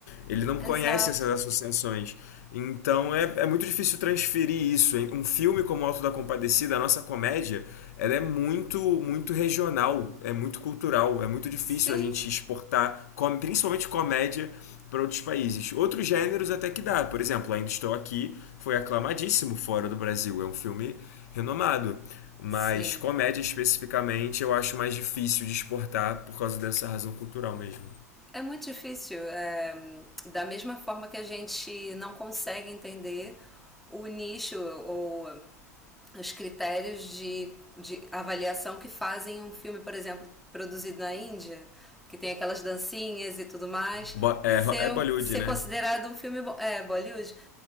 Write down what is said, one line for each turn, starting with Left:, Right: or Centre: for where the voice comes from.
Left: Ele não
Centre: Exato.
Left: conhece essas associações. Então é, é muito difícil transferir isso. Um filme como o Alto da Compadecida, a nossa comédia, ela é muito, muito regional, é muito cultural, é muito difícil
Centre: Sim.
Left: a gente exportar, com- principalmente comédia, para outros países. Outros gêneros até que dá. Por exemplo, Ainda Estou Aqui foi aclamadíssimo fora do Brasil. É um filme renomado. Mas
Centre: Sim.
Left: comédia especificamente eu acho mais difícil de exportar por causa dessa razão cultural mesmo.
Centre: É muito difícil. é, da mesma forma que a gente não consegue entender o nicho ou os critérios de, de avaliação que fazem um filme, por exemplo, produzido na Índia, que tem aquelas dancinhas e tudo mais,
Left: Bo- é,
Centre: ser,
Left: é Bollywood,
Centre: um- ser
Left: né?
Centre: considerado um filme é, Bollywood